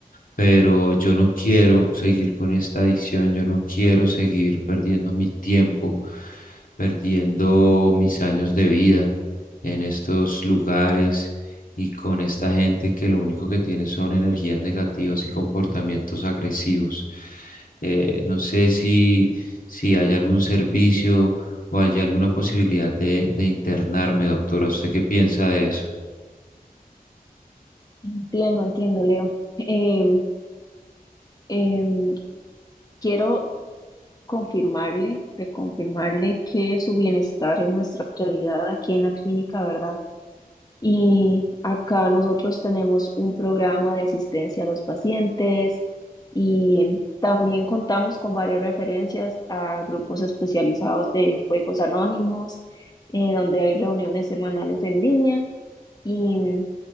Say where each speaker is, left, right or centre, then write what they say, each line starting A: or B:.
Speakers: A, on the left (about 65°); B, on the left (about 25°).
A: pero yo no quiero seguir con esta adicción, yo no quiero seguir perdiendo mi tiempo, perdiendo mis años de vida en estos lugares y con esta gente que lo único que tiene son energías negativas y comportamientos agresivos. Eh, no sé si, si hay algún servicio o hay alguna posibilidad de, de internarme, doctora? ¿Usted qué piensa de eso?
B: Entiendo, entiendo, Leo. Em, em, quiero confirmarle, reconfirmarle que su bienestar es nuestra prioridad aquí en la clínica, ¿verdad? Y acá nosotros tenemos un programa de asistencia a los pacientes y también contamos con varias referencias a grupos especializados de juegos anónimos, eh, donde hay reuniones semanales en línea y mm,